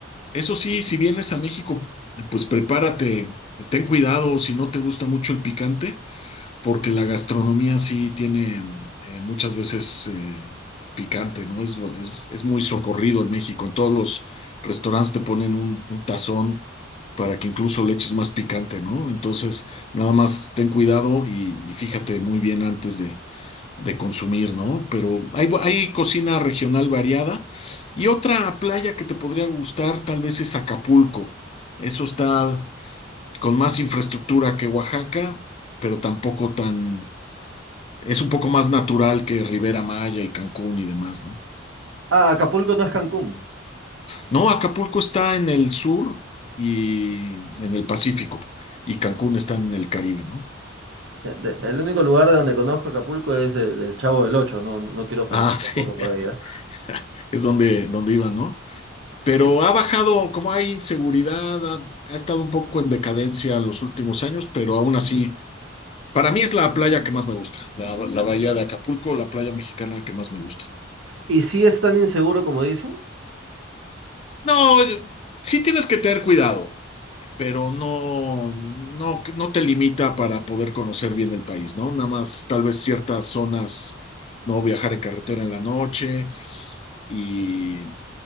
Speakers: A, on the left; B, on the right.
A: Eso sí, si vienes a México, pues prepárate, ten cuidado si no te gusta mucho el picante. porque la gastronomía sí tiene mm, eh, muchas veces eh, picante, ¿no? Es, es, es muy socorrido en México. En todos los restaurantes te ponen un, un tazón para que incluso le eches más picante, ¿no? Entonces, nada más ten cuidado y, y fíjate muy bien antes de, de consumir, ¿no? Pero hay, hay cocina regional variada. Y otra playa que te podría gustar tal vez es Acapulco. Eso está con más infraestructura que Oaxaca, pero tampoco tan es un poco más natural que Rivera Maya y Cancún y demás, ¿no?
B: Ah, Acapulco no es Cancún.
A: No, Acapulco está en el sur y en el Pacífico, y Cancún está en el Caribe, ¿no?
B: Eh, de- el único lugar de donde conozco Acapulco es eh, del Chavo del Ocho, no, no quiero ofender
A: Ah, sí,
B: tampoco por
A: <laughs>
B: ahí, ¿ah?
A: es donde, donde iban, ¿no? Pero
B: Sí.
A: ha bajado, como hay inseguridad, ha, ha estado un poco en decadencia los últimos años, pero aún así, para mí es la playa que más me gusta, la, la bahía de Acapulco, la playa mexicana que más me gusta.
B: ¿Y si es tan inseguro como dicen?
A: No, sí tienes que tener cuidado. pero no, no, no te limita para poder conocer bien el país, ¿no? Nada más tal vez ciertas zonas, no viajar en carretera en la noche y,